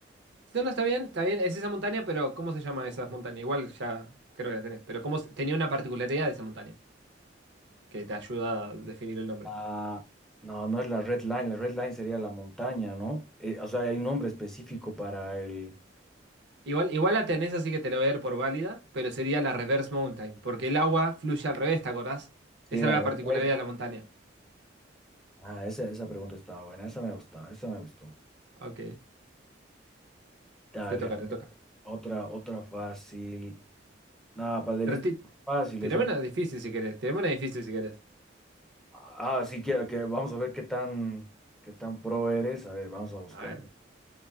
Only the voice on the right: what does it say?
Si no, no está bien, está bien, es esa montaña, pero ¿cómo se llama esa montaña? Igual ya creo que la tenés, pero ¿cómo se- tenía una particularidad de esa montaña que te ayuda a definir el nombre?
Igual, igual la tenés, así que te la voy a dar por válida, pero sería la Reverse Mountain, porque el agua fluye al revés, ¿te acordás?
Esa
era la particularidad
de la montaña.
Ok,
te toca,
te
toca.
Trati-
Tirame
una difícil si querés. Tirame una difícil si querés.
A ver.